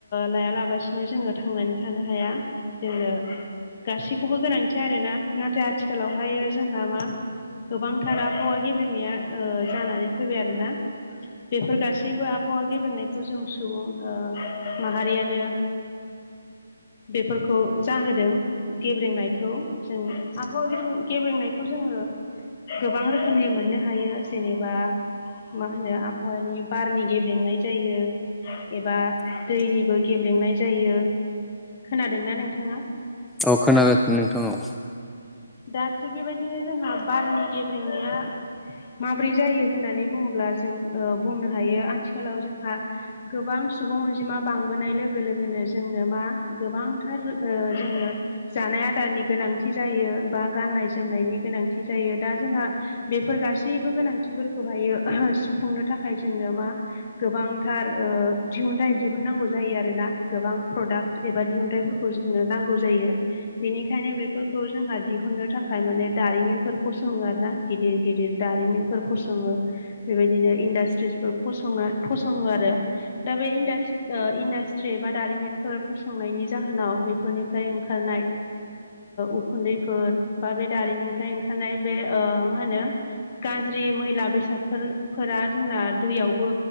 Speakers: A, on the left (about 40°); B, in the centre.
A: लाया लाबसिनो जोङो थांनानै थानो हाया जोंनो गासैखौबो गोनांथि आरोना नाथाय आथिखालावहायो जोंहा मा गोबांथार आबहावा गेब्रेंनाया जानानै फैबाय आरोना बेफोर गासैबो आबहावा गेबेनायखौ जों सुबुं माहारियानो बेफोरखौ जाहोदों गेब्रेंनायखौ जों आबहावा गेब्रेंनायखौ जोङो गोबां रोखोमनि मोननो हायो जेनेबा मा होनो आबहावानि बारनि गेब्रेंनाय जायो एबा दैनिबो गेब्रेंनाय जायो खोनादोंना नोंथाङा
B: औ खोनागासिनो नोंथां औ
A: दा थिग बेबायदिनो जोंहा बारनि गेब्रेनाया माब्रै जायो होननानै बुङोब्ला जों बुंनो हायो आथिखालाव जोंहा गोबां सुबुं अनजिमा बांबोनाय लोगो लोगोनो जोंनो मा गोबांथार जोङो जानाय आदारनि गोनांथि जायो बा गाननाय जोमनायनि गोनांथि जायो दा जोंहा बेफोर गासैबो गोनांथिफोरखौहायो सुफुंनो थाखाय जोंनो मा गोबांथार दिहुनथाइ दिहुननांगौ जायो आरोना गोबां प्रडाक्ट एबा दिहुनथाइफोरखौ जोंनो नांगौ जायो बेनिखायनो बेफोरखौ जोंहा दिहुननो थाखाय माने दारिमिनफोर फसङो आरोना गिदिर गिदिर दारिमिनफोर फसङो बेबायदिनो इन्डास्ट्रिसफोर फसंनो फसङो आरो दा बेास इन्डासट्रि एबा दारिमिनफोर फसंनायनि जाहोनाव बेफोरनिफ्राय ओंखारनाय उखुन्दैफोर बा बे दारिमिनिफ्राय ओंखारनाय बे मा होनो गाज्रि मैला बेसादफोरफोरा जोंना दैयावबो